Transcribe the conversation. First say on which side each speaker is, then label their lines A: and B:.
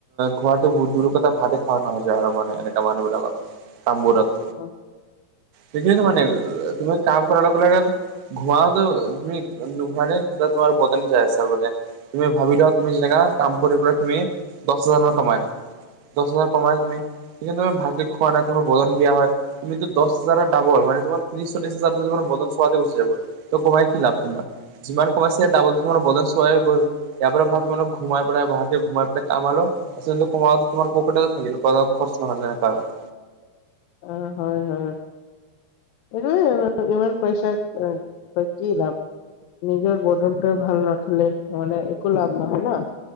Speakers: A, on the right; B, on the left.
A: খোৱাটো <unintelligible> আৰু যে এনেকা মানুহবিলাকৰ কামবোৰত,
B: হয়।
A: সেইখিন মানে তুমি কাম কৰাৰ লগে লগে ঘুমাটো তুমি নোঘোৱালে তোমাৰ বদন যাই আছা মানে তুমি ভাবিলা তুমি যেনেকা কাম কৰি পেলাই তুমি দহ হাজাৰ মান কমাই- দহ হাজাৰ কমাই তুমি, সেইকাৰণে তুমি ভালকে খোৱা নাই। তোমাৰ বদন বেয়া হয় তুমিতো দহ হাজাৰৰ ডাবল মান তোমাৰ ত্ৰিচ চল্লিচ হাজাৰ তোমাৰ মদন চোৱাদে গুচি যাব। তো কমাই কি লাভ তোমাৰ যিমান কমাইছে
B: এইটো
A: দাবল তোমাৰ বদন চোৱাই গল। ইয়াৰ পৰা ভাল তোমাৰ- সোমাই পেলাই গুৱাহাটী ঘোমাই পেলাই কামালো আচলু তোমাৰ তোমাৰ পকেটটা থাকিল <unintelligible> খৰচ নহলে কৰোঁ।
B: অ হয় হয়। এইটো ইমান পইচাৰ কি লাভ। <unintelligible> নিজৰ বদনটো ভাল নঠলে মানে একো লাভ নহয় না।